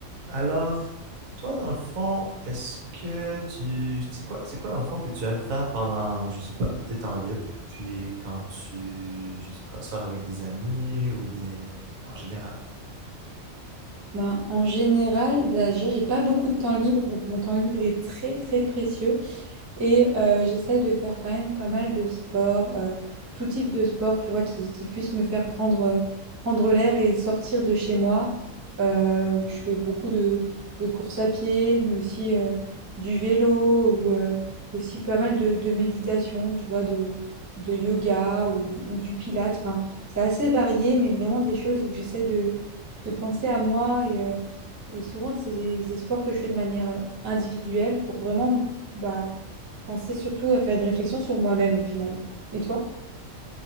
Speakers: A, on the right; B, on the right.
A: Alors, toi, dans le fond, est-ce que tu... C'est quoi, c'est quoi, dans le fond, que tu aimes faire pendant, je sais pas, tes temps libres, puis quand tu, je sais pas, sors avec des amis ou bien en général?
B: Ben, en général, déjà, j'ai pas beaucoup de temps libre, donc mon temps libre est très très précieux. Et euh, j'essaye de faire quand même pas mal de sport, euh, tout type de sport, tu vois, qui, qui puisse me faire prendre, euh, prendre l'air et sortir de chez moi. Euh, je fais beaucoup de, de courses à pied, mais aussi euh, du vélo ou euh, aussi pas mal de, de méditation, tu vois, de, de yoga ou, ou du pilate. Enfin, c'est assez varié, mais vraiment des choses où j'essaye de, de penser à moi. Et, euh, et souvent, c'est des, des sports que je fais de manière euh, individuelle pour vraiment... Bah, penser surtout à faire une réflexion sur moi-même au final. Et toi?